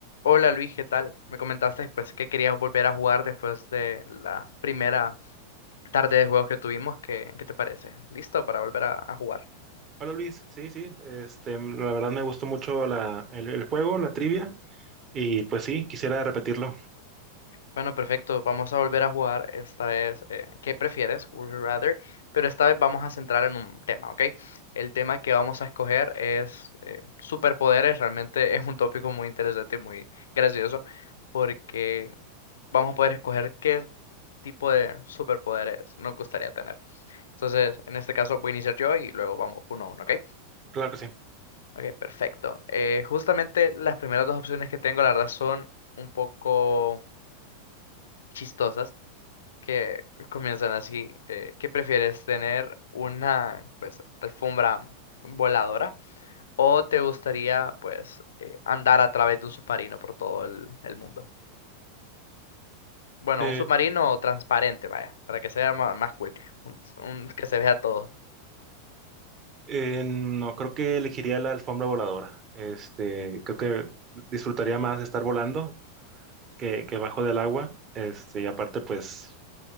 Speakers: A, on the left (about 65°); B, on the right (about 30°).
A: Hola Luis, ¿qué tal? Me comentaste después que querías volver a jugar después de la primera tarde de juegos que tuvimos. ¿Qué, qué te parece? ¿Listo para volver a, a jugar?
B: Hola Luis, sí, sí, este, la verdad me gustó mucho la, el, el juego, la trivia, y pues sí, quisiera repetirlo,
A: Bueno, perfecto. Vamos a volver a jugar. Esta vez, eh, ¿qué prefieres? Would you rather? Pero esta vez vamos a centrar en un tema, ¿ok? El tema que vamos a escoger es eh, superpoderes. Realmente <laughs> es un tópico muy interesante y muy gracioso porque vamos a poder escoger qué tipo de superpoderes nos gustaría tener. Entonces, en este caso voy a iniciar yo y luego vamos uno a uno, ¿ok?
B: claro que sí.
A: Ok, perfecto. Eh, justamente las primeras dos opciones que tengo, la verdad, son un poco chistosas, que comienzan así. Eh, ¿qué prefieres, tener una, pues, alfombra voladora o te gustaría, pues, eh, andar a través de un submarino por todo el, el mundo? Bueno,
B: Eh,
A: un submarino transparente, vaya, para que sea ma- más, cool, un- un- que se vea todo.
B: eh, no, creo que elegiría la alfombra voladora, este, creo que disfrutaría más de estar volando que, que bajo del agua, este, y aparte pues